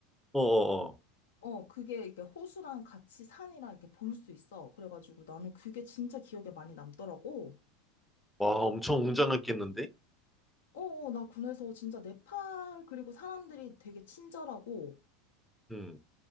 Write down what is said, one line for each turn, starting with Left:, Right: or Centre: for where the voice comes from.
Centre: 어어어.
Left: 어, 그게 이렇게 호수랑 같이 산이랑 이렇게 볼 수 있어. 그래가지고 나는 그게 진짜 기억에 많이 남더라고.
Centre: 와, 엄청 웅장했겠는데?
Left: 어, 어, 나 군에서 진짜 네팔, 그리고 사람들이 되게 친절하고,
Centre: 음.